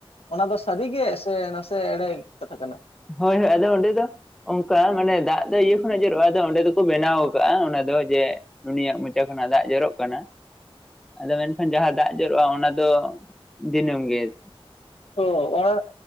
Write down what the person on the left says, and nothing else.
ᱚᱱᱟ ᱫᱚ ᱥᱟᱹᱨᱤ ᱜᱮ ᱥᱮ ᱱᱟᱥᱮ ᱮᱲᱮ ᱠᱟᱛᱷᱟ ᱠᱟᱱᱟ᱾
ᱚ ᱚᱱᱟ